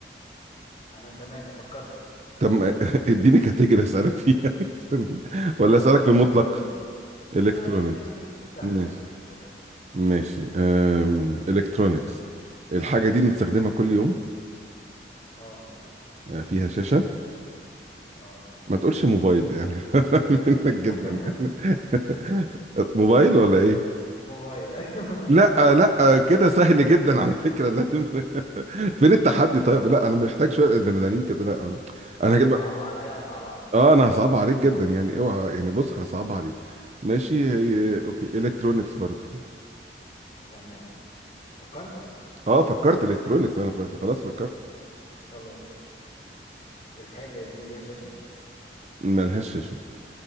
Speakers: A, on the left; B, on the right.
A: أنا تمام فكرت
B: طب ما- <laughs> اديني كاتيجوري اسالك فيها <laughs> استنى. ولا
A: أه
B: اسالك في المطلق
A: إلكترونيكس
B: الكترونيكس
A: أه يعني سهلة
B: ماشي
A: سهلة ما تقلقش
B: ماشي أم... الكترونيكس الحاجه دي بنستخدمها كل يوم
A: أه
B: آه، فيها شاشه
A: أه
B: ما تقولش موبايل يعني <laughs> منك جدا
A: <laughs>
B: يعني <laughs> موبايل
A: آه،
B: ولا ايه
A: موبايل أيوه
B: لا لا كده سهل جدا على فكرة لازم <laughs> فين التحدي طيب لا انا محتاج شوية ادرينالين كده لا انا
A: خلاص
B: انا هجيب
A: صعبة
B: لك
A: عليا صعبة عليك
B: اه انا
A: يلا
B: هصعب عليك جدا يعني اوعى يعني بص هصعب عليك ماشي هي
A: ماشي
B: اوكي الكترونكس برضو
A: تمام فكرت
B: اه فكرت الكترونكس انا ف- ف- خلاص فكرت
A: خلاص قشطة الحاجة دي ليها شاشة
B: ملهاش شاشة